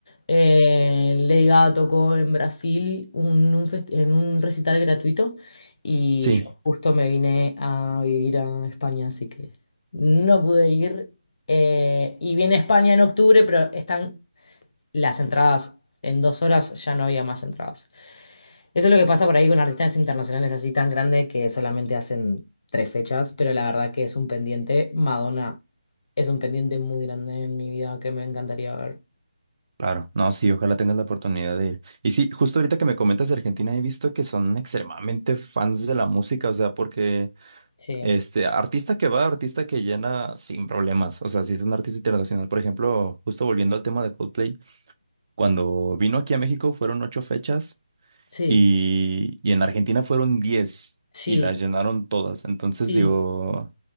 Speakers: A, on the left (about 50°); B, on the right (about 45°).
A: eh, Lady Gaga tocó en Brasil un- un fest- en un recital gratuito y
B: sí,
A: yo justo me vine a vivir a España, así que no pude ir. Eh, y viene a España en octubre, pero están las entradas, en dos horas ya no había más entradas. Eso es lo que pasa por ahí con artistas internacionales así tan grandes que solamente hacen tres fechas, pero la verdad que es un pendiente. Madonna es un pendiente muy grande en mi vida que me encantaría ver.
B: claro. No, sí, ojalá tengas la oportunidad de ir. Y sí, justo ahorita que me comentas de Argentina, he visto que son extremadamente fans de la música, o sea, porque
A: Sí,
B: este artista que va, artista que llena sin problemas. O sea, si es un artista internacional, por ejemplo, justo volviendo al tema de Coldplay, cuando vino aquí a México fueron ocho fechas
A: sí,
B: y, y en Argentina fueron diez
A: sí,
B: y las llenaron todas. Entonces
A: sí.
B: digo,